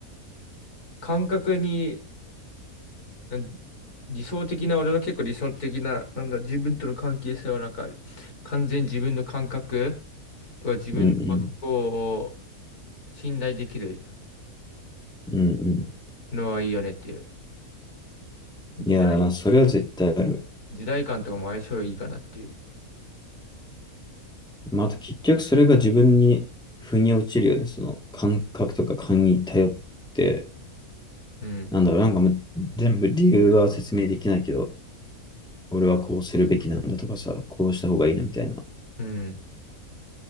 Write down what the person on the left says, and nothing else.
感覚になん理想的な、俺の結構理想的な、なんだ、自分との関係性はなんか、完全に自分の感覚とか自分のこと
を信頼できる
のはいいよねっていう。時代、
時代感とかも相性いいかなっていう。
うん。
うん。